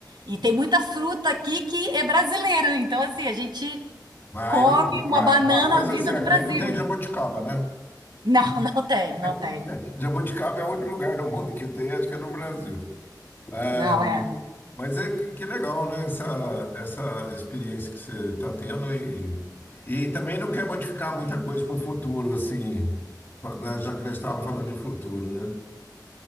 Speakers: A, on the right; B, on the left.
A: E tem muita fruta aqui que é brasileira. Então, assim, a gente
B: mas
A: Come
B: aí, não-
A: uma
B: mas
A: banana
B: uma coisa
A: vinda
B: é certa,
A: do Brasil.
B: aí não tem Jaboticaba, né?
A: <laughs> Não, não tem, não
B: <laughs>
A: tem.
B: Jaboticaba é outro lugar do mundo que tem, acho que é no Brasil. É,
A: Não, é.
B: Mas é que que legal, né? Essa, essa experiência que você está tendo e, e também não quer modificar muita coisa para o futuro, assim, né? Já que nós estávamos falando de futuro, né?